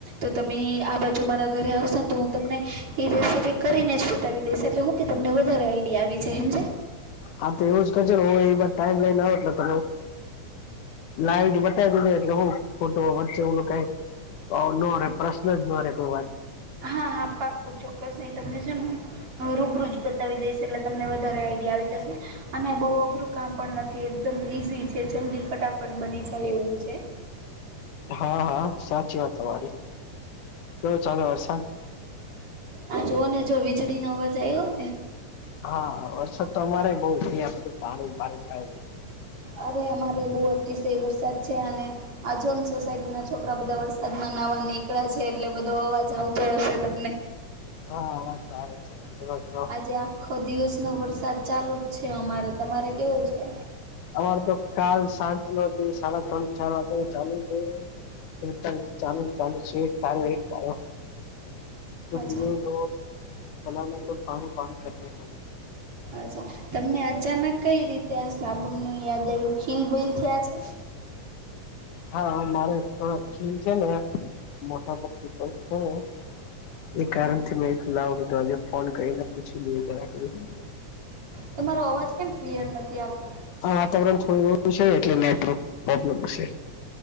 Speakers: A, on the right; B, on the left.
A: તો તમે આ બાજુ મારા ઘરે આવશોને તો હું તમને એ રેસીપી કરીને જ બતાવી દે એટલે હું કે તમને વધારે આઈડિયા આવી છે, એમજ
B: હા તો એવું જ કરજ ને એત ટાઈમ લઈને આવે એટલે ત લાવી બતાવી દ એટલે હુ તો વચ્ચે એું ક ન રે પ્રશ્ન જ ન રે કોઈ વાત
A: હા હા પાકું ચોક્કસ નહી, તમને છે હ હ રૂબરૂજ બતાવી દઈશ એટલે તમને વધારે આઈડિયા આવી જશે ને અને બહ અઘરું કામ પણ નથી એકદમ ઈઝી છે જલ્દી ફટાફટ બની જાય એવું છે.
B: હા હા સાચી વાત તમારી કેવું ચાલે વરસાદ
A: આ જોુ ને જો વીજળી ન અવાજ આવ્યો ને
B: હા વરસાદ તો અમારે બઉ જ બધું પાણી પાણી પાડ ગ
A: અરે અમારે બહ અતિશય વરસાદ છે, અને આજંગ સોસાયટી ના છોકરા બધા વરસાદ માં નવા નીકળે છે એટલે બધો અવાજ આવતો હશે તમને
B: હા આ <inaudible>
A: આજે આખો દિવસ નો વરસાદ ચાલુ જ છે અમારે તમારે કેવો છે.
B: અમાર તો કાલ સાંજ નો જે સાડા ત્રણ ચાર વાગે ચાલુ છે. એ ત તાર પારો
A: અચ્છા
B: ઈ રોડ લા કોલ પાણી પાણી કર બે
A: અચ્છા, તમને અચાનક કઈ રીતે આ સાબુનનું યાદ આવ્યું. ખીલ બીલ થયા છે?
B: હા, મારે થોડાક ખીલ છે ને મોટા પ પિંપલ થાઈ હે. એ કારણથી
A: હમ
B: મે લાવો કીધું આજે ફોન કરીને પૂછી લઈએ જરાક એવું.
A: તમારો અવાજ કેમ ક્લિયર નથી આવતો?
B: આ વાતાવરણ થોડું એવુ છે એટલે નેટવર્ક પ્રોબ્લેમ હશે.